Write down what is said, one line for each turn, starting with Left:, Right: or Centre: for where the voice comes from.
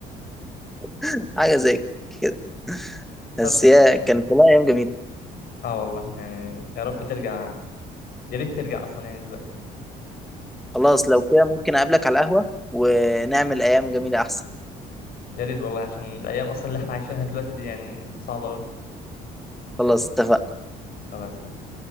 Centre: <laughs> حاجة زي كده
Left: طب
Centre: بس هي كانت والله أيام جميلة
Left: اه والله يعني يا رب ترجع يا ريت ترجع اصلا يعني دلوقتي
Centre: خلاص لو كده ممكن أقابلك على القهوة ونعمل أيام جميلة أحسن
Left: يا ريت والله عشان الايام اصلا اللي احنا عايشينها دلوقتي دي يعني صعبه قوي
Centre: خلاص اتفقنا
Left: خلاص ماشي.